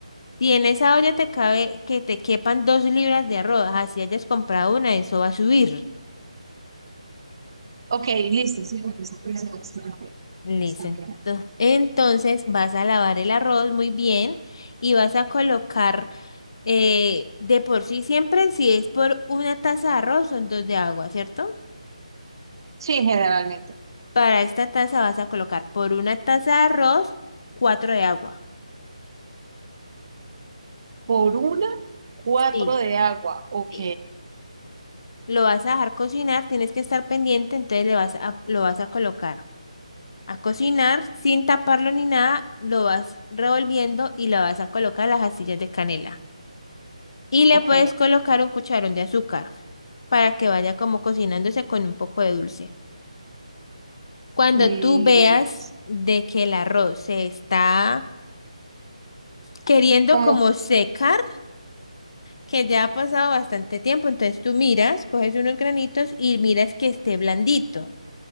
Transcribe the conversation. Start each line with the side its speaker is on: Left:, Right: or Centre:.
Left: Si en esa olla te cabe que te quepan dos libras de arroz, así hayas comprado una, eso va a subir.
Right: Ok, listo, sí, porque eso puede ser bastante.
Left: Listo.
Right: extranjera.
Left: Entonces entonces vas a lavar el arroz muy bien y vas a colocar Eh, de por sí siempre, si es por una taza de arroz, son dos de agua, ¿cierto?
Right: Sí, generalmente.
Left: Para esta taza vas a colocar por una taza de arroz, cuatro de agua.
Right: Por una, cuatro
Left: Sí,
Right: de agua. Ok,
Left: sí. Lo vas a dejar cocinar, tienes que estar pendiente, entonces le vas a, lo vas a colocar a cocinar sin taparlo ni nada, lo vas revolviendo y le vas a colocar las astillas de canela. Y le
Right: ok.
Left: puedes colocar un cucharón de azúcar para que vaya como cocinándose con un poco de dulce. Cuando
Right: Y
Left: tú veas de que el arroz se está queriendo
Right: como,
Left: como secar, que ya ha pasado bastante tiempo, entonces tú miras, coges unos granitos y miras que esté blandito,